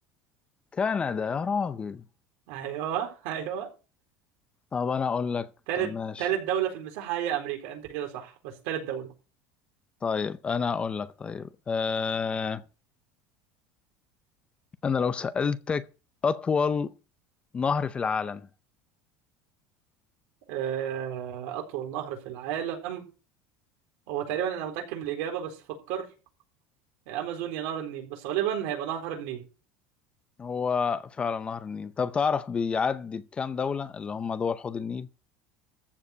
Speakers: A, on the left; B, on the right.
A: كندا يا راجل
B: ايوه ايوه
A: طب أنا أقول لك
B: تالت
A: طب ماشي
B: تالت دولة في المساحة هي أمريكا أنت كده صح بس تالت دولة
A: طيب أنا أقول لك طيب آه... أنا لو سألتك أطول نهر في العالم
B: آه... أطول نهر في العالم هو تقريبا أنا متأكد من الإجابة بس فكر يا امازون يا نهر النيل بس غالبا هيبقى نهر النيل
A: هو فعلا نهر النيل طب تعرف بيعدي بكام دولة اللي هم دول حوض النيل